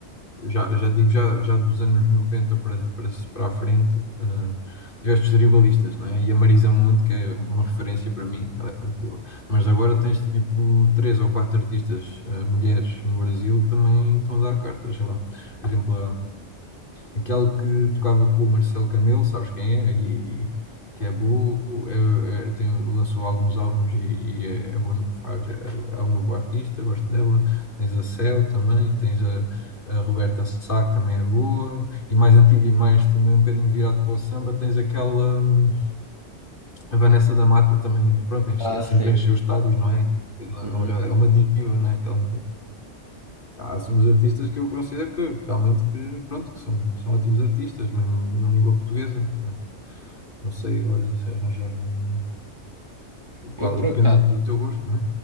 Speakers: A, on the left; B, on the right.
A: Já, já digo, já, já dos anos 90 para, para, para a frente, ah, tiveste os tribalistas, não é? E a Marisa Monte, que é uma referência para mim, que ela é muito boa. Mas agora tens tipo três ou quatro artistas, ah, mulheres no Brasil, que também estão a dar cartas, sei lá. Por exemplo, Aquela que tocava com o Marcelo Camelo, sabes quem é? E, e- que é boa, é- é- tem- lançou alguns álbuns e, e é, é boa no que faz. É, é uma boa artista, gosto dela. Tens a Céu também, tens a, a Roberta Sá, que também é boa. E mais antiga e mais também um bocadinho virado para o samba, tens aquela, hum, a Vanessa da Mata também, pronto, enche-
B: Ah,
A: sempre
B: sim.
A: encheu os estádios, não é? Ela
B: Uhum.
A: É uma é uma diva, não é? Aquela mulher. Há assim uns artistas que eu considero que realmente que, pronto, que são, são ótimos artistas, mesmo na língua portuguesa. né? Não sei agora se arranjar um-
B: Eu
A: qual,
B: por
A: depende
B: acaso,
A: do, do teu gosto, não é?